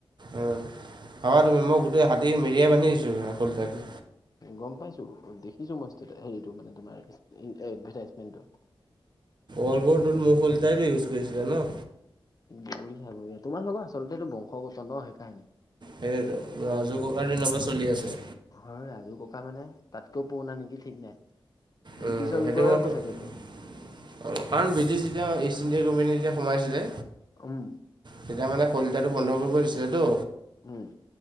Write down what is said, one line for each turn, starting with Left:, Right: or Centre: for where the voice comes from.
Right: অ ভাবা তুমি মই গোটেই হাতী মেৰিয়াই বান্ধি দিছোঁ শলিতা দি।
Left: গম পাইছো দেখিছো মই হেৰিটো মানে তোমাৰ এডভাৰটাইজমেণ্টটো।
Right: অলভৰটোত মোৰ শলিতাইটো ইউজ কৰিছিলে ন।
Left: বঢ়িয়া বঢ়িয়া তোমাৰ লগত আচলতে এইটো বংশগত ন সেইকাৰণে।
Right: সেইটো মোৰ আজু ককাৰ দিনৰ পৰা চলি আছে।
Left: হয় আজু ককা মানে তাতকৈও পোৰনা নেকি ঠিক নাই। ব্ৰিটিছৰ
Right: উম সেইটো
Left: যুগৰে
Right: বাওটো
Left: হ'ব চাগে
Right: অঁ
Left: এইটো
Right: কাৰণ ব্ৰিটিছ যেতিয়া ইষ্ট ইণ্ডিয়া কোম্পোনী যেতিয়া সোমাইছিলে
Left: উম।
Right: তেতিয়া মানে, শলিতাটো বন্ধ কৰিব, দিছিলেতো।
Left: উম!